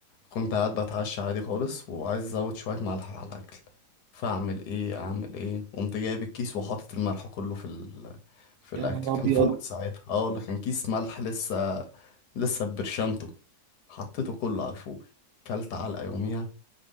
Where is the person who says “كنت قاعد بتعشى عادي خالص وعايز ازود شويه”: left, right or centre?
Left